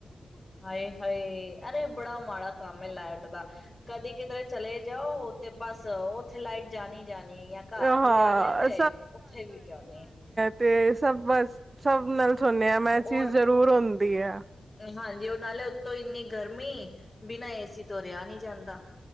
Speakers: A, on the left; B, on the right.
A: ਹਾਏ ਹਾਏ ਅਰੇ ਬੜਾ ਮਾੜਾ ਕੰਮ ਹੈ ਲਾਈਟ ਦਾ ਕਦੀ ਕਿਧਰੇ ਚਲੇ ਜਾਓ ਤੇ ਬਸ ਅ ਉਹ ਉੱਥੇ ਲਾਈਟ ਜਾਣੀ ਜਾਣੀ ਜਾਂ ਘਰ
B: ਹਾਂ
A: ਕੋਈ ਆ ਜਾਏ ਤੇ ਉੱਥੇ ਵੀ ਜਾਦੀ ਆ
B: ਅਤੇ ਸਭ ਬਸ ਸਭ ਨਾਲ ਸੁਣਿਆ ਮੈਂ
A: ਔਰ
B: ਚੀਜ਼ ਜ਼ਰੂਰ ਹ ਤੇ ਆ
A: ਹਾਂਜੀ ਉਹ ਨਾਲੇ ਉੱਤੋਂ ਇੰਨੀ ਗਰਮੀ ਬਿਨਾਂ ਏਸੀ ਤੋਂ ਰਿਹਾ ਨਹੀਂ ਜਾਂਦਾ